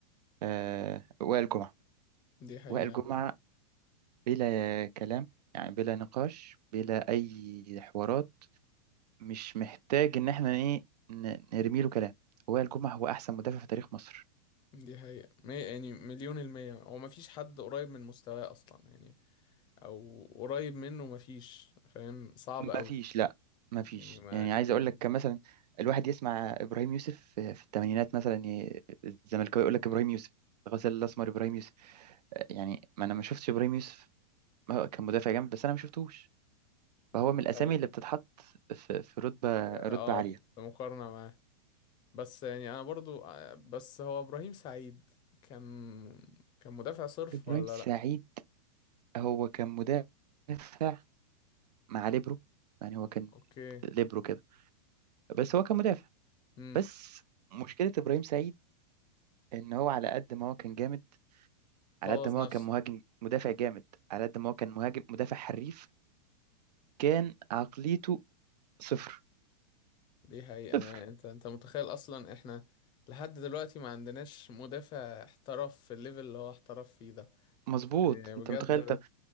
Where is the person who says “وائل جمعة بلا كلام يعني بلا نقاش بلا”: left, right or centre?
Right